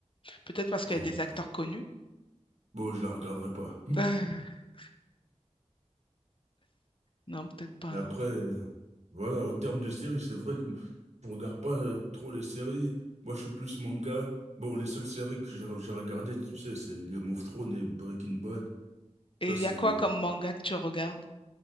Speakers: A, on the left; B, on the right.
A: Peut-être parce
B: Bon,
A: qu'il y a des
B: je...
A: acteurs connus.
B: bon, je la regarderai pas.
A: <laughs> Non, peut-être pas,
B: Mais
A: non.
B: après, euh, voilà, en termes de séries, c'est vrai que m- je regarde pas euh, trop les séries. Moi, je suis plus manga. Bon, les seules séries que j'ai j'ai regardées, tu sais, c'est Game of Thrones et Breaking Bad. Ça,
A: Et il
B: c'est.
A: y a quoi comme manga que tu regardes?